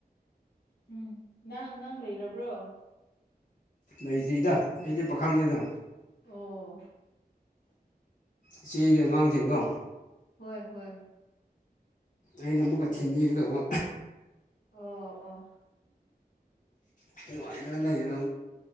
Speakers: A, on the left; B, on the left.
A: ꯎꯝ ꯅꯪ ꯅꯪ ꯑꯉꯥꯡ ꯂꯩꯔꯕ꯭ꯔꯣ
B: ꯂꯩꯇ꯭ꯔꯤꯗ ꯑꯩꯗꯤ ꯄꯥꯈꯪꯅꯦꯗ
A: ꯑꯣ
B: ꯏꯆꯦꯒꯤ ꯑꯉꯥꯡꯁꯤꯡꯗꯣ
A: ꯍꯣꯏ ꯍꯣꯏ
B: ꯑꯩꯅ ꯑꯃꯨꯛꯀ ꯊꯤꯟꯕꯤꯒꯗꯧꯕ
A: ꯑꯣ ꯑꯣ
B: ꯑꯗꯤ ꯅꯨꯡꯉꯥꯏꯔ ꯂꯩꯔ